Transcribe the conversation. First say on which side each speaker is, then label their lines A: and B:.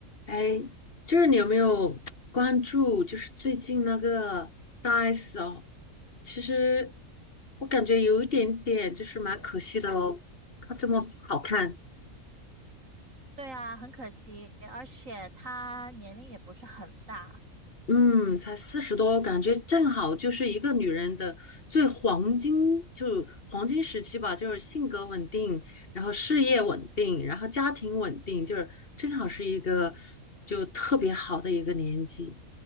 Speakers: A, on the left; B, on the right.
A: 哎，就是你有没有关注？就是最近那个大 S 哦，其实我感觉有一点点，就是蛮可惜的哦。她这么好看，
B: 对啊，很可惜，而且他年龄也不是很大，
A: 嗯，才四十多，感觉正好就是一个女人的最黄金，就黄金时期吧，就是性格稳定，然后事业稳定，然后家庭稳定，就是正好是一个就特别好的一个年纪，